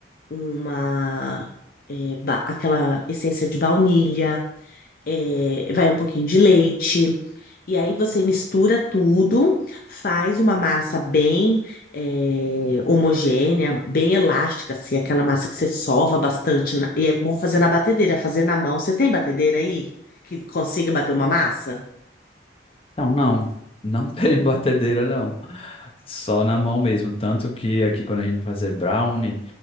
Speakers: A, on the left; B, on the left.
A: uma... eh, ba- aquela essência de baunilha, eh, vai um pouquinho de leite. E aí você mistura tudo, faz uma massa bem eh, homogênea, bem elástica, assim, aquela massa que você sova bastante. na- E é bom fazer na batedeira, fazer na mão. Você tem batedeira aí que consiga bater uma massa?
B: Então, não, não tem <laughs> batedeira, não. Só na mão mesmo. Tanto que aqui quando a gente vai fazer brownie,